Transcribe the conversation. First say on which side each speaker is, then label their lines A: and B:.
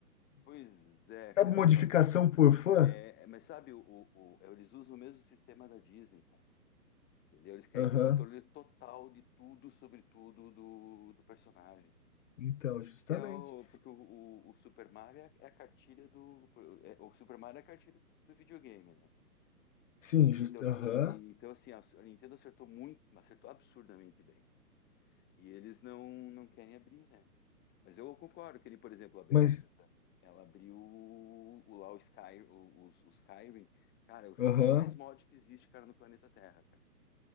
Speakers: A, on the left; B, on the left.
A: Pois é, cara,
B: Sabe modificação
A: só que.
B: por fã?
A: é, mas sabe, o, o- o- eles usam o mesmo sistema da Disney, cara. Entendeu? Eles querem
B: Aham.
A: ter controle total de tudo, sobre tudo do, do personagem.
B: Então, justamente.
A: Que é o, porque o, o, o Super Mario é a cartilha do. é- o Super Mario é a cartilha do videogame, né?
B: Sim,
A: Ent-
B: just...
A: Então, assim,
B: aham.
A: e- então, assim a, a Nintendo acertou muito, acertou absurdamente bem. E eles não, não querem abrir, né? Mas eu concordo que, ele, por exemplo, a Bethesda,
B: Mas,
A: ela abriu o, o lá o Sky, o, os- o Skyrim. Cara, é o jogo
B: aham.
A: com mais mod que existe, cara, no planeta Terra, cara.